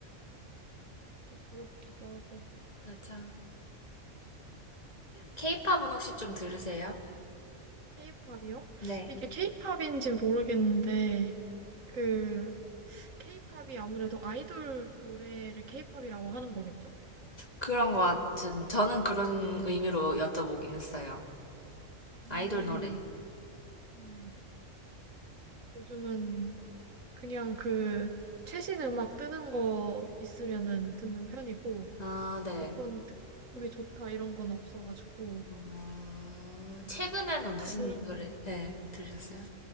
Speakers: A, on the right (about 75°); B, on the left (about 30°).
A: 부럽기도 하고.
B: 맞아. 케이팝은 혹시 좀 들으세요?
A: 케이팝이요?
B: 네.
A: 이게 케이팝인지는 모르겠는데, 그, 케이팝이 아무래도 아이돌 노래를 케이팝이라고 하는 거겠죠?
B: 그런 것 같은, 저는 그런 의미로 여쭤보긴 했어요.
A: 음,
B: 아이돌 노래.
A: 음. 요즘은 그냥 그, 최신 음악 뜨는 거 있으면은 듣는 편이고,
B: 아, 네.
A: 어떤 특급이 좋다 이런 건 없어가지고,
B: 어, 최근에는
A: 최근에
B: 무슨
A: 들은
B: 노래, 네, 들으셨어요?